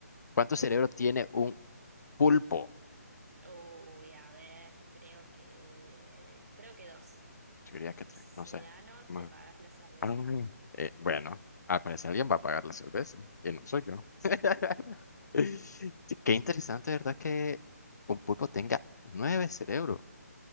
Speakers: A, on the left; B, on the right.
A: cuánto cerebro tiene un pulpo?
B: Uy, a ver, creo que creo que dos.
A: Yo diría que tres,
B: Si
A: no sé.
B: gano,
A: Bueno,
B: te pagas la cerveza.
A: Ah, eh, bueno, al parecer alguien va a pagar la cerveza y no soy yo. <laughs> Sí, Qué interesante, ¿verdad? Que un pulpo tenga nueve cerebros.